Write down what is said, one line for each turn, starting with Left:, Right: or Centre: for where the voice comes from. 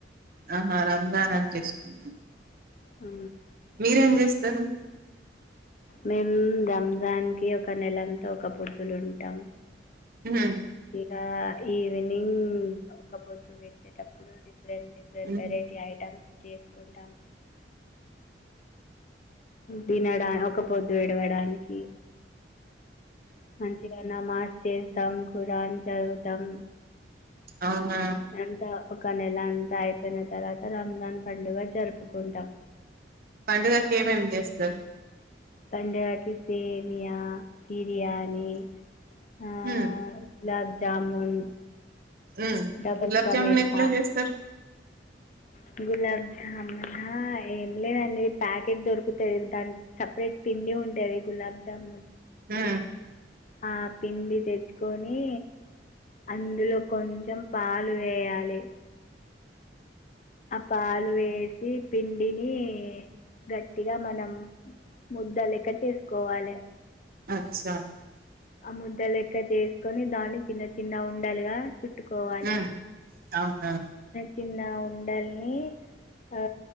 Right: ఆహా రంజాన్ అంటే ఇష్టం
Left: ఉ
Right: మీరేం చేస్తారు
Left: మేము రంజాన్ కి ఒక నెలంతా ఒక్కపొద్దులు ఉంటాం
Right: ఉహు
Left: గా ఈవినింగ్ ఒక పొద్దు వెచ్చేటప్పుడు different different
Right: um
Left: variety items చేసుకుంటాం దినడా ఒక పొద్దు విడవడానికి మంచిగా నమాజ్ చేస్తాం ఖురాన్ చదువుతాం
Right: అవునా
Left: అంత ఒక నెల అంతా అయిపోయిన తర్వాత రంజాన్ పండుగ జరుపుకుంటాం
Right: పండుగకి ఏమేమి చేస్తారు
Left: పండలకి సేమియా బిర్యానీ ఆ
Right: ఉమ్
Left: గులాబ్ జామున్
Right: ఉమ్
Left: డబల్
Right: గులాబ్
Left: క
Right: జామున్
Left: మీఠా
Right: ఎట్లా చేస్తారు
Left: కు గులాబ్ జామునా ఏం లేదంది ప్యాకెట్ దొరుకుతది దాని సపరేట్ పిండి ఉంటది గులాబ్జాం
Right: ఆ
Left: ఆ పిండి తెచ్చుకొని అందులో కొంచెం పాలు వేయాలి ఆ పాలు వేసి పిండిని గట్టిగా మనం ముద్దలెక చేసుకోవాలి
Right: స
Left: ఆ ముద్ద లెక్క చేసుకొని దాన్ని చిన్న చిన్న ఉండలుగా చుట్టుకోవాలె
Right: ఉమ్ అవునా
Left: చిన్న ఉండల్ని ఆ